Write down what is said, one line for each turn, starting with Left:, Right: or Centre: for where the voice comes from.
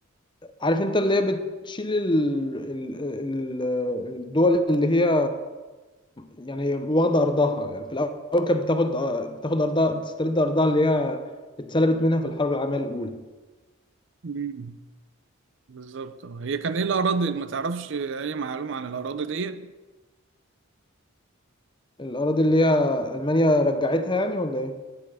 Left: عارف انت اللي هي بتشيل ال... ال... ال... الدول اللي هي يعني واخده ارضها يعني في الاول كانت بتاخد بتاخد ارضها بتسترد ارضها اللي هي اتسلبت منها في الحرب العالميه الاولى
Right: مم. بالظبط اه. هي كان ايه الأراضي اللي ما تعرفش أي معلومة عن الأراضي ديت؟
Left: الاراضي اللي هي المانيا رجعتها يعني ولا ايه